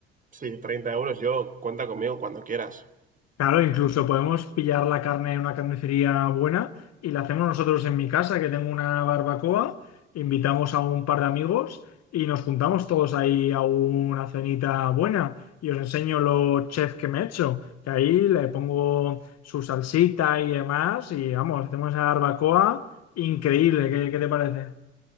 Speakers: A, on the right; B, on the left.
A: sí, 30 euros, yo cuenta conmigo cuando quieras.
B: Claro, incluso podemos pillar la carne en una carnicería buena y la hacemos nosotros en mi casa, que tengo una barbacoa, invitamos a un par de amigos y nos juntamos todos ahí a una cenita buena y os enseño los chefs que me he hecho, que ahí le pongo su salsita y demás y vamos, hacemos esa barbacoa increíble, ¿qué, qué te parece?